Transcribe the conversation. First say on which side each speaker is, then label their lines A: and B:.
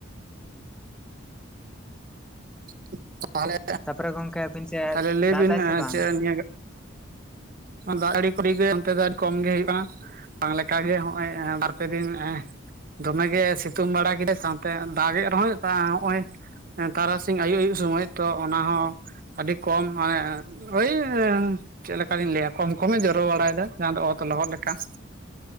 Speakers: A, on the right; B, in the centre.
A: <inaudible> ᱛᱟᱦᱞᱮ
B: ᱛᱟᱯᱚᱨᱮ ᱜᱚᱝᱠᱮ ᱟᱹᱵᱤᱱ ᱥᱮᱫ
A: ᱛᱟᱦᱞᱮ ᱞᱟᱹᱭ
B: ᱫᱟᱜ
A: ᱵᱤᱱ
B: ᱫᱟᱭ ᱥᱮ ᱵᱟᱝ?
A: ᱪᱮᱫ <inaudible> ᱱᱤᱭᱟᱹ ᱫᱟᱜ ᱡᱟᱲᱤ <unintelligible> ᱠᱚᱨᱮ ᱜᱮ ᱚᱱᱛᱮ ᱫᱚ ᱟᱹᱰᱤ ᱠᱚᱢ ᱜᱮ ᱦᱩᱭᱩᱜᱼᱟ ᱾ ᱵᱟᱝ ᱞᱮᱠᱟᱜᱮ ᱱᱚᱜᱼᱚᱭ ᱵᱟᱨ ᱯᱮ ᱫᱤᱱ ᱫᱚᱢᱮ ᱜᱮ ᱥᱤᱛᱩᱝ ᱵᱟᱲᱟ ᱠᱮᱫᱟᱭ ᱥᱟᱶᱛᱮ ᱫᱟᱜᱮᱜ ᱨᱮᱦᱚᱸᱭ ᱦᱚᱸᱜ-ᱚᱭ ᱛᱨᱟᱥ ᱤᱝ ᱟᱭᱩᱵ ᱟᱭᱩᱵ ᱥᱚᱢᱚᱭ ᱛᱚ ᱚᱱᱟ ᱦᱚᱸ ᱟᱹᱰᱤ ᱠᱚᱢ ᱢᱟᱱᱮ <unintelligible> ᱳᱭ ᱪᱮᱫ ᱞᱮᱠᱟᱞᱤᱧ ᱞᱟᱹᱭᱟ ᱠᱚᱢ ᱠᱚᱢᱮ ᱡᱚᱨᱚ ᱵᱟᱲᱟ ᱭᱮᱫᱟ ᱡᱟᱦᱟᱸ ᱫᱚ ᱚᱛ ᱞᱚᱦᱚᱫ ᱞᱮᱠᱟ ᱾